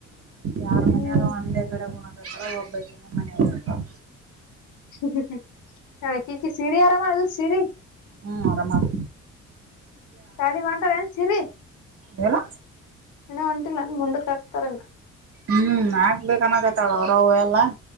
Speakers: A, on the right (about 50°); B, on the left (about 80°).
A: ಯಾರ ಮನ
B: ಹ್ಮ್
A: ಒಂದೇ ಕಡೆ ಕು ತ್ರ ಒಬ್ಬಕನ ಮನೆ ಪ
B: <unintelligible> ಹ್ಮ ಹ್ಮ ಹಾ ಕಿಕಿ ಸೀರಿ ಆರಾಮ ಅಲಾ ಸೀರಿ
A: ಹ್ಮ್ ಆರಾಮ ಆಳ
B: ಸಾಲಿ ಹೊಂಟಾಳ ಏನ್ ಸಿರಿ
A: ಏನು
B: ಇನಾ ಹೊಂಟಿಲ್ಲ ನನ್ ಮುಂದಕ್ಕ ಹಕ್ತಾರಾನ
A: ಹ್ಮ್ ಆಗ್ಬೇಕ ಅನಕತಾಳ ಅವ್ರ ಎಲ್ಲ <inaudible>